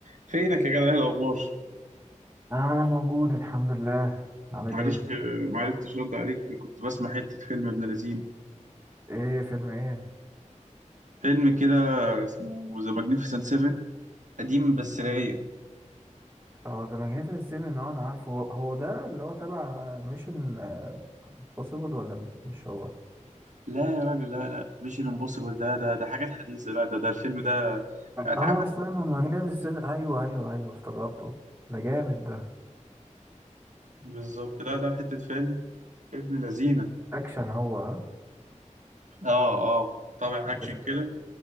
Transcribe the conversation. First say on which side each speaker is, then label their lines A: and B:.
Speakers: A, on the right; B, on the right.
A: فينك يا جدع ايه الاخبار
B: اه موجود الحمد لله عامل
A: معلش
B: ايه
A: آه، معرفتش ارد عليك كنت بسمع حته فيلم ابن لذين
B: ايه فيلم ايه
A: فيلم كده اسمه ذا ماجنيفيسنت 7 قديم بس رايق
B: اه ذا ماجنيفيسنت سيفن اه انا عارفه هو, هو ده اللي هو تبع ميشن بوسيبل ولا مش, مش هو
A: لا يا راجل لا لا مش الامبوسيبل ده ده ده حاجات حديثه لا ده ده الفيلم ده اتعمل
B: اه استنى ماجنيفيسنت سيفن ايوه ايوه ايوه افتكرته ده جامد ده
A: بالظبط لا لا حته فيلم ابن لذينه
B: اكشن هو ها
A: اه اه طابع
B: انت
A: اكشن
B: شكلك
A: كده